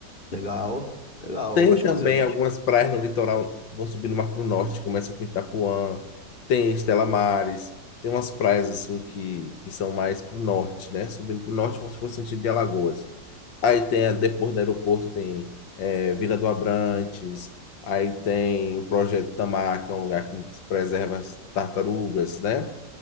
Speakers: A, on the left (about 25°); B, on the left (about 90°).
A: Legal, legal.
B: Tem
A: Eu gosto de
B: também
A: museu.
B: algumas praias no litoral, vão subindo mais para o norte, começa com Itapuã, tem Estela Mares, tem umas praias assim que, que são mais para o norte, né? Subindo para o norte como se fosse sentido de Alagoas. Aí tem, a- depois do aeroporto, tem eh, Vila do Abrantes, aí tem o Projeto Tamar, que é um lugar que preserva as tartarugas, né?